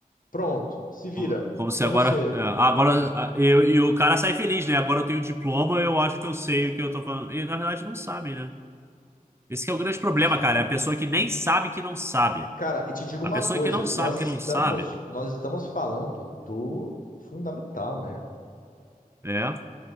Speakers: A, on the left; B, on the right.
A: Pronto, se vira.
B: como, como
A: É
B: se
A: com
B: agora,
A: você.
B: é, agora a- eu, e o cara sai feliz, né? Agora eu tenho diploma, eu acho que eu sei o que eu tô falando. E na verdade não sabe, né? Esse que é o grande
A: Não
B: problema,
A: sabe.
B: cara, é a pessoa
A: meu.
B: que nem sabe que não sabe.
A: Cara, e te digo
B: A
A: uma
B: pessoa
A: coisa,
B: que não sabe
A: nós estamos,
B: que não sabe,
A: nós estamos falando do fundamental, né?
B: é.